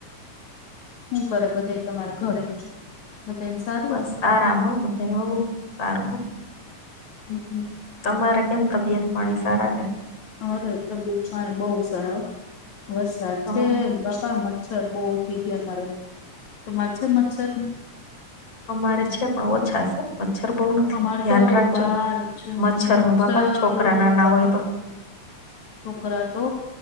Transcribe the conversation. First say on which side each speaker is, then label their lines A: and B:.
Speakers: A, on the left; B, on the left.
A: હું કરે બધા તમારા ઘરે મ એમ
B: બસ આરામ હો બ હો સાર
A: હમ હમ
B: તમારે કેમ તબિયત પાણી સારા કે
A: અરે તબિયત પાણી બહુ સારા વરસાદ
B: હ
A: છે બાપા મ મચ્છર બહુ થઈ ગયા મારે તમારે છે મચ્છર ને
B: અમારે છે પણ ઓછા છે મચ્છર બહુ નથી
A: અમારે
B: ધ્યાન
A: તો
B: રાખજો
A: બાર
B: મચ્છર
A: મચ્છર
B: નું બાપા છોકરા નાના
A: બાપા
B: હોય તો
A: છોકરા તો